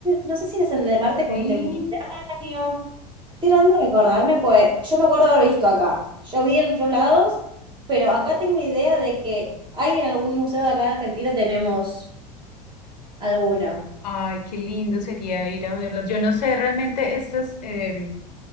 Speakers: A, on the right; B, on the left.
A: No sé si eres en el de Marte Contemporáneo.
B: Sí.
A: Tirando de acordarme, pues yo me acuerdo de haber visto acá. Yo vi en otros lados, pero acá tengo idea de que hay en algún museo de acá de Argentina tenemos alguna.
B: Ay, qué lindo sería ir a verlos. Yo no sé realmente estas, em,